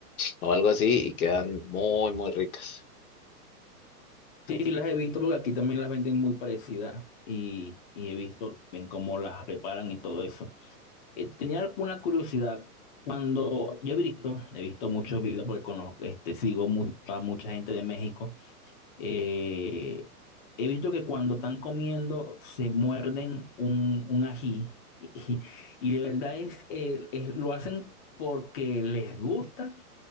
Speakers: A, on the left; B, on the left.
A: o algo así y quedan muy, muy ricas.
B: Sí, sí, las he visto porque aquí también las venden muy parecidas y, y he visto ven cómo las preparan y todo eso. Eh, tenía una curiosidad. Cuando yo he visto, he visto muchos videos porque conozco, este, sigo mucho a mucha gente de México. eh, he visto que cuando están comiendo se muerden un, un ají y, y de verdad es, eh, es- lo hacen porque les gusta